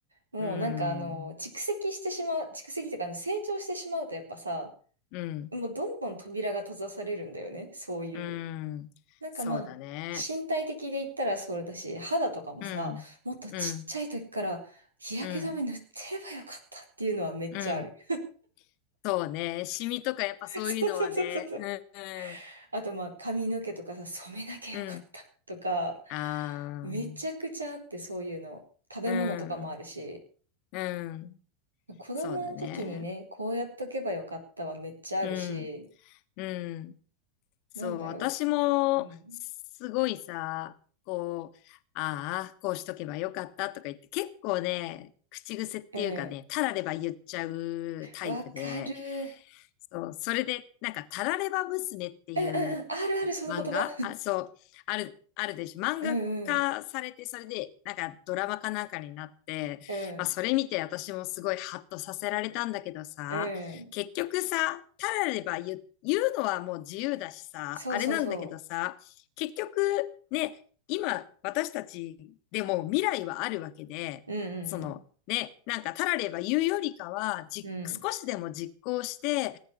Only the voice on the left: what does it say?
うーん、
うん、
うーん、
そうだね。
うん、
うん、うん、うん。そうね、シミとかやっぱそういうのはね、
うん、うん、
うん。あー、
うん、うん、
そうだね。
うん、うん。そう、
私も、
すごいさ、こう、ああ、こうしとけばよかったとか言って、結構ね、口癖っていうかね、
たられば言っちゃうタイプで、
そう、それで、なんか、たられば娘っていう
漫画あ、そう、ある、あるでしょ。
漫画化されて、
それで、なんか、ドラマかなんかになって、
まあ、それ見て私もすごいハッとさせられたんだけどさ、
結局さ、たられば言う、言うのはもう自由だしさ、
あれなんだけどさ、結局ね、今私たちでも未来はあるわけで、
そのね、なんかたられば言うよりかは、じ、
少しでも実行して